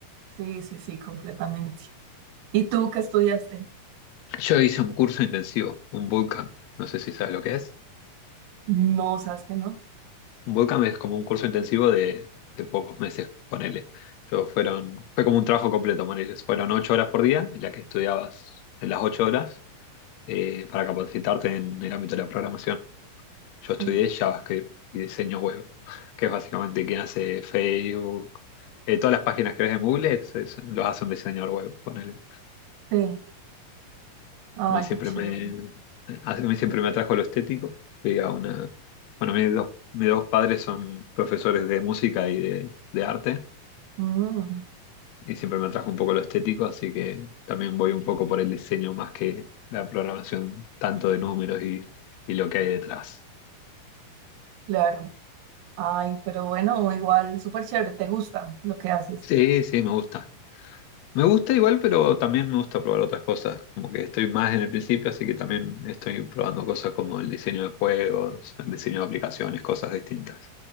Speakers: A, on the right; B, on the left.
A: sí, sí, sí, completamente. ¿Y tú qué estudiaste?
B: Yo hice un curso intensivo, un bootcamp, no sé si sabes lo que es.
A: No, ¿sabes que no?
B: Un bootcamp es como un curso intensivo de, de pocos meses, ponele. Yo fueron, fue como un trabajo completo, ponele. Fueron ocho horas por día, en la que estudiabas en las ocho horas. eh, para capacitarte en el ámbito de la programación. Yo estudié
A: No.
B: JavaScript y diseño web, <laughs> que es básicamente quien hace Facebook. eh, todas las páginas que ves en Google es- es- los hace un diseñador web. ponele.
A: Sí, ay,
B: A mí siempre
A: qué chévere.
B: me, a mí siempre me atrajo lo estético. Fui a una, bueno, mis dos, mis dos padres son profesores de música y de, de arte,
A: Mm,
B: y siempre me atrajo un poco lo estético, así que también voy un poco por el diseño más que la programación, tanto de números y, y lo que hay detrás.
A: claro, ay, pero bueno, igual, súper chévere, te gusta lo que haces.
B: Sí, sí, me gusta. Me gusta igual, pero también me gusta probar otras cosas. Como que estoy más en el principio, así que también estoy probando cosas como el diseño de juegos, el diseño de aplicaciones, cosas distintas.